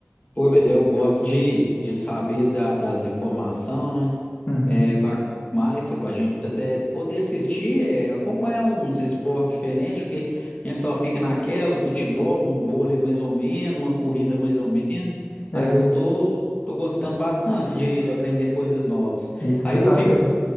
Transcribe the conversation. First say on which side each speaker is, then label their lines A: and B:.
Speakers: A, on the left; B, on the left.
A: Pois é, eu gosto de, de saber da- das informações, né?
B: Uhum.
A: É ba- mais, só para a gente até poder assistir, é, acompanhar uns esportes diferentes, porque a gente só fica naquela, futebol, um vôlei mais ou menos, uma corrida mais ou menos.
B: É,
A: Aí
B: é,
A: eu tô, tô gostando bastante de aprender coisas novas.
B: isso
A: Aí
B: você
A: eu
B: tá
A: fico
B: certo.